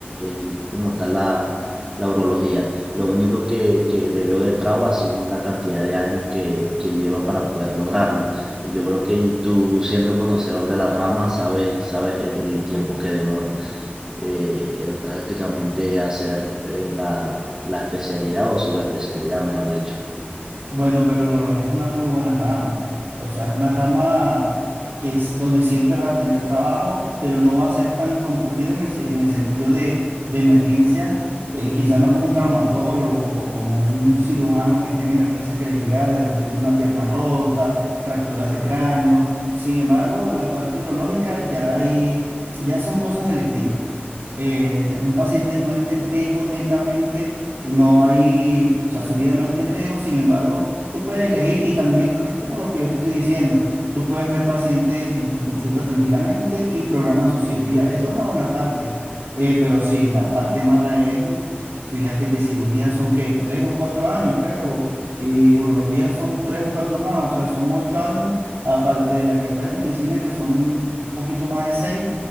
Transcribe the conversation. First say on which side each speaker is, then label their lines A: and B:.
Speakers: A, on the right; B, on the right.
A: eh, es como tal la, la urología. Lo único que, que le veo de trabas son la cantidad de años que, que lleva para poder lograrlo. Y yo creo que tú, siendo conocedor de la rama, sabes, sabes el tiempo que demora eh, eh, prácticamente hacer eh, la, la especialidad o subespecialidad, mejor dicho.
B: Bueno, pero urología es una muy buena rama. O sea, es una rama que es donde siempre vas a tener trabajo, pero no va a ser tan concurrido en el, se- en el sentido de, de emergencias, eh, quizás no como un traumatólogo o como un cirujano que está en emergencias que le llega de repente una pierna rota, fracturas de cráneo. Sin embargo, en la parte urológica ya hay, ya son cosas electivas. Eh, un paciente no está en riesgo netamente y no hay, o sea, su vida no está en riesgo, sin embargo, tú puedes elegir y también es, es como lo que yo te estoy diciendo, tú puedes ver pacientes en tu consulta tranquilamente y programas su cirugía, esa es una buena parte, eh, pero sí, la parte mala es, mm, fíjate que cirugías son que tres o cuatro años, creo, y urología son tres o cuatro más, o sea, son ocho años, aparte de la carrera de medicina que son un poquito más de seis,